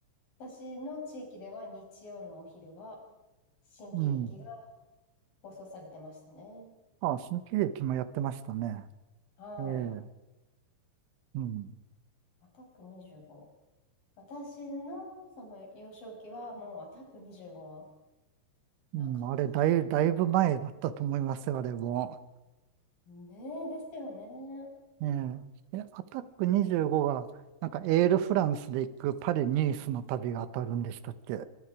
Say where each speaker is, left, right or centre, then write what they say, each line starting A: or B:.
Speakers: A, on the left; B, on the right.
A: 私の地域では日曜のお昼は新喜劇が
B: うん。
A: 放送されてましたね。
B: ああ、新喜劇もやってましたね。
A: はい。
B: ええ。うん。
A: アタック25。私のその幼少期はもうアタック25はなかったんじゃないかな。
B: うん、あれ、だい、だいぶ前だったと思いますよ、あれも。
A: ねえ、ですよね。
B: ええ、えアタック25が、なんかエールフランスで行くパリ・ニースの旅が当たるんでしたっけ